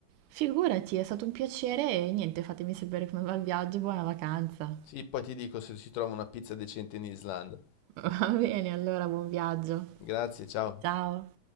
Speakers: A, on the right; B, on the left.
A: Figurati, è stato un piacere e niente, fatemi sapere come va il viaggio, buona vacanza.
B: Sì, poi ti dico se si trova una pizza decente in Islanda.
A: <laughs> Va bene, allora buon viaggio.
B: Grazie, ciao.
A: Ciao.